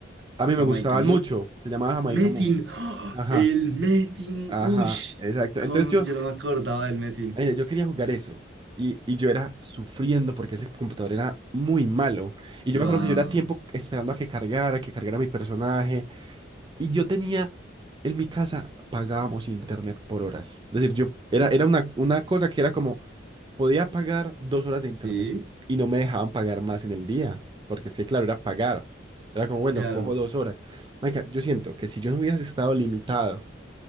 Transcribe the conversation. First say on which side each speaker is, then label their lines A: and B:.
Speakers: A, on the right; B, on the right.
A: A mí
B: Jamaica
A: me gustaban mucho. Se llamaba Jamaica
B: Metin,
A: Mu.
B: ¡ah!
A: Ajá,
B: el Metin,
A: ajá,
B: uy,
A: exacto.
B: cómo-
A: Entonces yo,
B: yo no me acordaba del Metin.
A: mira, yo quería jugar eso. Y, y yo era sufriendo porque ese computador era muy malo. Y yo
B: Wow,
A: me acuerdo que yo era tiempo esperando a que cargara, que cargara mi personaje. Y yo tenía, en mi casa pagábamos internet por horas. Es decir, yo era, era una, una cosa que era como, podía pagar dos horas de
B: sí,
A: internet y no me dejaban pagar más en el día, porque sí, claro, era pagar. Era como, bueno,
B: claro,
A: cojo dos horas. Marica, yo siento que si yo no hubiera estado limitado